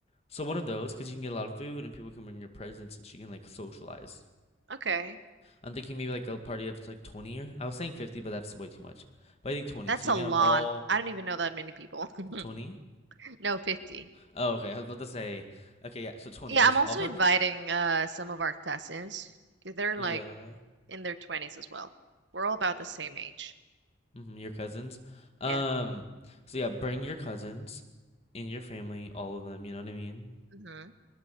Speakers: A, on the left; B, on the right.
A: So one of those, because you can get a lot of food and people can bring your presents, and she can like socialize.
B: Okay.
A: I'm thinking maybe like a party of like 20 or I was saying 50, but that's way too much. But I think 20.
B: That's
A: So
B: a
A: you
B: lot.
A: can have all
B: I don't even know that many people. <laughs>
A: 20.
B: No, 50.
A: Oh, okay. I was about to say, okay, yeah. So 20,
B: Yeah,
A: just
B: I'm also
A: all her,
B: inviting
A: c-
B: uh some of our cousins. 'cause They're
A: yeah,
B: like in their 20s as well. We're all about the same age.
A: hmm your cousins. Um,
B: Yeah.
A: so yeah, bring your cousins and your family, all of them. You know what I mean?
B: Mm-hmm.